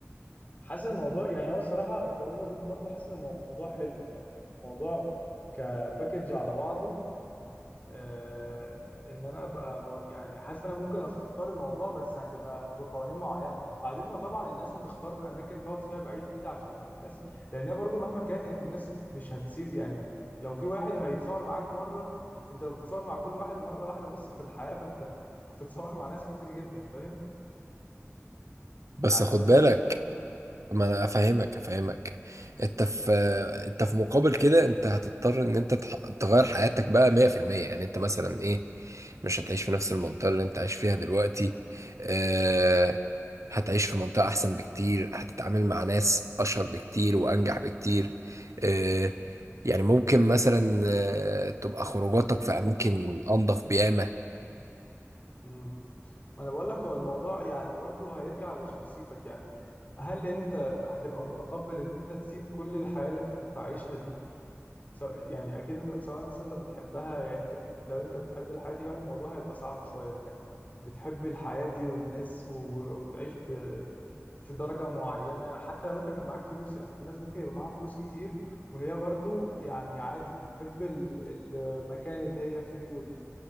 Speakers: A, on the left; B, on the right.
A: حاسس الموضوع يعني هو الصراحه كاوفر رول برضه حاسس ان الموضوع حلو يعني الموضوع كباكج على بعضه آه، ان انا ابقى م- يعني حاسس ان انا ممكن اختار الموضوع بس هتبقى بقوانين معينه بعدين ما طبعا الناس هتختار اماكن تقعد فيها بعيده عشان عن الناس لان هي برضو مهما كان الناس مش هتسيب يعني لو في واحد هيتصور معاك مره انت لو بتتصور مع كل واحد مره واحده بس في الحياه فانت هتتصور مع ناس كتير جدا فاهم
B: بس
A: يعني
B: خد
A: قصدي
B: بالك
A: ان انت
B: ما انا افهمك افهمك انت في انت في مقابل كده انت هتضطر ان انت تح- تغير حياتك بقى 100% يعني انت مثلا ايه مش هتعيش في نفس المنطقة اللي انت عايش فيها دلوقتي آه هتعيش في منطقة احسن بكتير هتتعامل مع ناس اشهر بكتير وانجح بكتير آه يعني ممكن مثلا آه تبقى خروجاتك في اماكن انضف بيامة
A: امم ما انا بقول لك هو الموضوع يعني برضو هيرجع لشخصيتك يعني هل انت هتبقى متقبل ان انت تسيب كل الحياه اللي انت كنت عايشها دي سواء يعني اكيد انت سواء انت أنت بتحبها يعني انت لو انت بتحب الحياه دي كمان الموضوع هيبقى صعب شويه انك بتحب الحياه دي والناس و... وتعيش ب... في درجه معينه حتى لو انت كان معاك فلوس يعني في ناس ممكن يبقى معاها فلوس كتير وهي برضو يعني عادي بتحب ال- المكان اللي هي فيه وال...